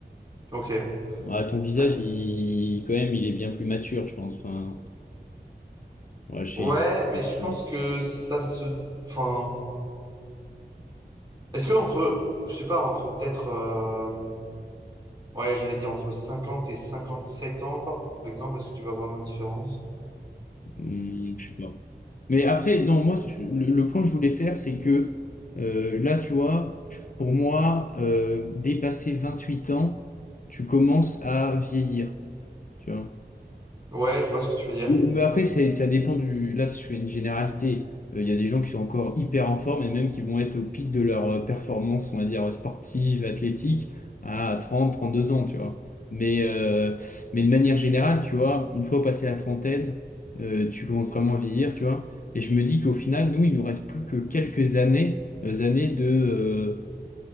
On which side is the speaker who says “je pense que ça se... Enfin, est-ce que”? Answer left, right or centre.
Right